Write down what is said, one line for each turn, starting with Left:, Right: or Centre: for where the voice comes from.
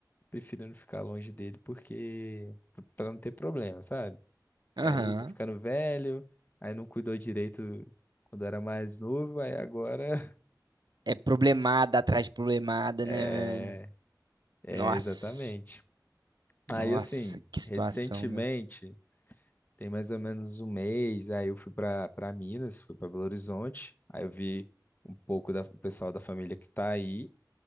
Left: preferindo ficar longe dele porque para não ter problema, sabe?
Right: Aham.
Left: E aí tô ficando velho, aí não cuidou direito quando era mais novo, aí agora
Right: É problemada atrás de problemada,
Left: <laughs> é,
Right: né, velho?
Left: é
Right: Nossa.
Left: exatamente.
Right: Nossa,
Left: Aí assim,
Right: que situação,
Left: recentemente,
Right: velho.
Left: tem mais ou menos um mês, aí eu fui para para Minas, fui para Belo Horizonte, aí eu vi um pouco da- do pessoal da família que tá aí,